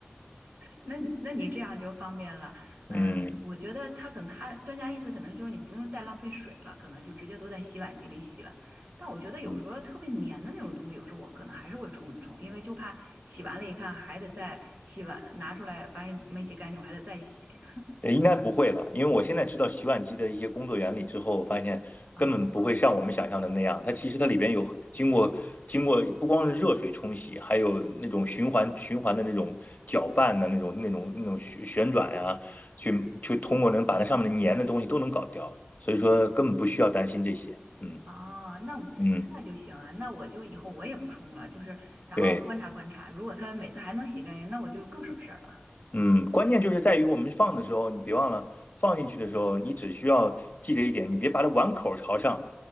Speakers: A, on the right (about 50°); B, on the left (about 40°).
A: 那你那你这样就方便了。嗯，
B: 嗯
A: 我觉得他可能他专家意思可能就是你不用再浪费水了，可能就直接都在洗碗机里洗了。但我觉得有时候特别粘的那种东西，
B: 嗯
A: 有时候我可能还是会冲一冲，因为就怕洗完了一看还得再洗碗，拿出来发现没洗干净，我还得再洗。
B: 呃应该不会了，因为我现在知道洗碗机的一些工作原理之后，我发现根本不会像我们想象的那样。
A: 啊。
B: 它其实它里边有经过经过不光是热水冲洗，还有那种循环循环的那种搅拌的那种那种那种旋旋转呀、去去通过能把那上面的粘的东西都能搞掉。所以说根本不需要担心这些。嗯
A: 哦，那那就行啊，
B: 嗯，
A: 那我就以后我也不冲了，就是然后观察观察，
B: 对，
A: 如果他每次还能洗干净，那我就更省事儿了。
B: 嗯，关键就是在于我们放的时候，你别忘了放进去的时候，你只需要记着一点，你别把它碗口朝上。